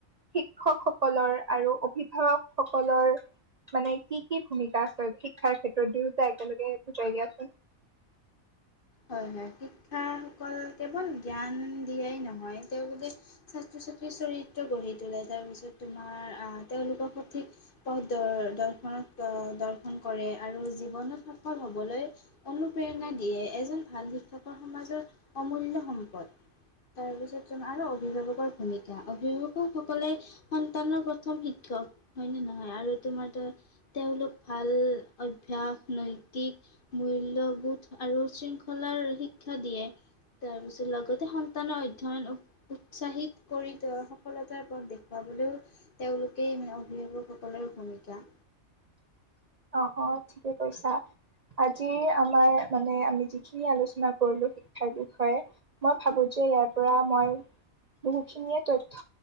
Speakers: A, on the right; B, on the left.
A: শিক্ষকসকলৰ আৰু অভিভাৱক সকলৰ। মানে কি, কি ভূমিকা আছে শিক্ষাৰ ক্ষেত্ৰত দুয়োটাই একেলগে বুজাই দিয়াচোন। <inaudible>
B: হয়-হয় শিক্ষা সকল কেৱল জ্ঞান দিয়াই নহয় তেওঁলোকে চৰিত্ৰ গঢ়ি তোলে, তাৰ পিছত তোমাৰ আহ তেওঁলোকক সঠিক পথ দ-দৰ্শনত। দৰ্শন কৰে আৰু জীৱনত সফল হ'বলৈ অনুপ্ৰেৰণা দিয়ে। এজন ভাল শিক্ষকৰ সমাজৰ অমূল্য সম্পদ। তাৰপিছত যোন আৰু অভিভাৱকৰ ভূমিকা অভিভাৱকসকলে সন্তানৰ প্ৰথম শিক্ষা। ক হয়নে নহয় আৰু তোমাৰ তেওঁলোক ভাল অভ্যাস নৈতিক মূল্যবোধ আৰু শৃংখলাৰ শিক্ষা দিয়ে। তাৰ পিছত লগতে সন্তানৰ অধ্যয়ন উৎসাহিত কৰি ত সফলতাৰ পথ দেখুৱাব। হ'লেও তেওঁলোকে মানে অভিভাৱকসকলৰ ভূমিকা
A: <unintelligible> অ', -অ ঠিকে কৈছা। আজিৰ আমাৰ মানে আমি যিখিনি আলোচনা কৰিলো শিক্ষাৰ বিষয়ে মই ভাবো যে ইয়াৰ পৰা মই বহুখিনিয়ে তথ্য